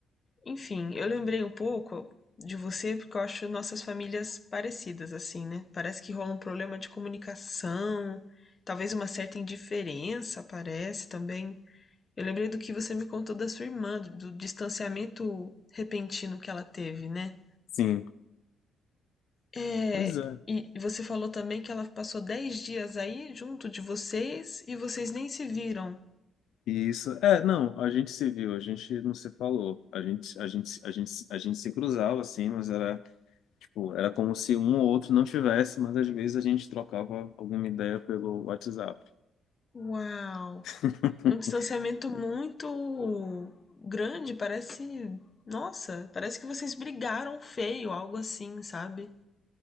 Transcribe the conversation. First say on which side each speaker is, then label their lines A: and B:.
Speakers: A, on the left; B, on the left.
A: Enfim, eu lembrei um pouco de você porque eu acho nossas famílias parecidas, assim, né? Parece que rola um problema de comunicação, talvez uma certa indiferença, parece também. Eu lembrei do que você me contou da sua irmã, do do distanciamento repentino que ela teve, né?
B: Sim,
A: É,
B: pois é.
A: e você falou também que ela passou dez dias aí junto de vocês e vocês nem se viram.
B: E isso, é, não, a gente se viu, a gente não se falou, a gente, a gente, a gente, a gente se cruzava assim, mas era, tipo, era como se um ou outro não tivesse, mas às vezes a gente trocava alguma ideia pelo WhatsApp.
A: Uau!
B: <laughs>
A: É um distanciamento muito grande, parece. Nossa, parece que vocês brigaram feio, algo assim, sabe?